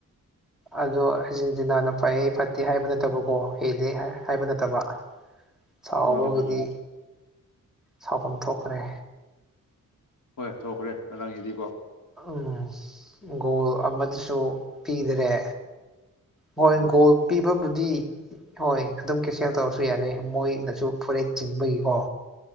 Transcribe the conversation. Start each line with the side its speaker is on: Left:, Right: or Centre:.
Centre: ꯑꯗꯣ ꯑꯔꯖꯦꯟꯇꯤꯅꯥꯅ ꯐꯩ ꯐꯠꯇꯦ ꯍꯥꯏꯕ ꯅꯠꯇꯕꯀꯣ ꯍꯦꯜꯂꯤ ꯍꯥꯏꯕ ꯅꯠꯇꯕ ꯁꯥꯎꯕꯒꯤꯗꯤ
Left: ꯃꯥꯅꯦ ꯃꯥꯅꯦ
Centre: ꯁꯥꯐꯝ ꯊꯣꯛꯈ꯭ꯔꯦ
Left: ꯍꯣꯏ ꯊꯣꯛꯈ꯭ꯔꯦ ꯉꯔꯥꯡꯒꯤꯗꯤꯀꯣ
Centre: ꯎꯝ ꯒꯣꯜ ꯑꯃꯗꯨꯁꯨ ꯄꯤꯗꯔꯦ ꯍꯣꯏ
Left: ꯎꯝ
Centre: ꯒꯣꯜ ꯄꯤꯕꯕꯨꯗꯤ ꯍꯣꯏ ꯑꯗꯨꯝ ꯀꯦꯟꯁꯦꯜ ꯇꯧꯔꯁꯨ ꯌꯥꯅꯤ ꯃꯣꯏꯅꯁꯨ ꯐꯣꯔꯦꯠ ꯆꯤꯡꯕꯒꯤꯀꯣ